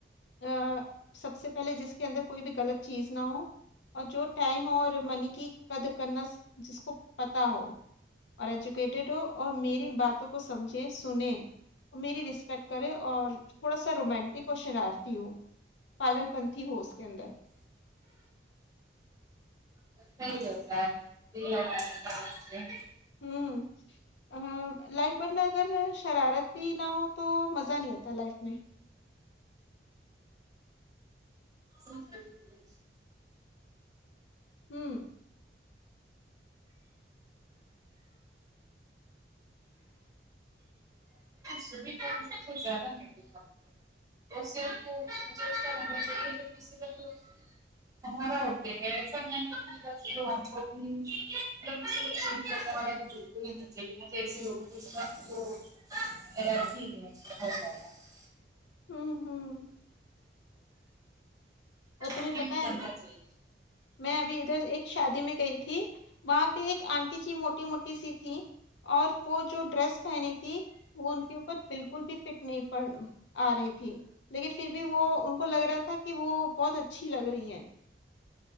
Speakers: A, on the left; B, on the right.
A: ا سب سے پہلے جس کے اندر کوئی بھی غلط چیز نہ ہو اور جو ٹائم اور منی کی قدر کرنا سی جس کو پتہ ہو اور ایجوکیٹیڈ ہو اور میری باتوں کو سمجھ سنے میری رسپیکٹ کرے اور تھوڑا سا رومانٹک اور شرارتی ہوں پاگل پنتھی ہو اس کے اندر
B: سہی لگتا ہے دل لگا رہتا ہے
A: ہ لائف پارٹنر اگر شرارتی نہ ہو تو مزہ نہیں آتا لائف میں
B: سے
A: ہوں
B: چ گرم ہےٹ ک <unintelligible> <unintelligible> <unintelligible> <unintelligible> <unintelligible>
A: ہوں ہوں اور تمہیں
B: کرنا
A: پتا ہے
B: چاہیے
A: میں ابھی ادھر ایک شادی میں گئی تھی وہاں پہ ایک آنٹی جی موٹی موٹی سی تھی اور وہ جو ڈریس پہنی تھی وہ ان کے اوپر بالکل بھی فٹ نہیں پڑ آ رہی تھی لیکن پھر بھی وہ ان کو لگ رہا تھا کہ وہ بہت اچھی لگ رہی ہیں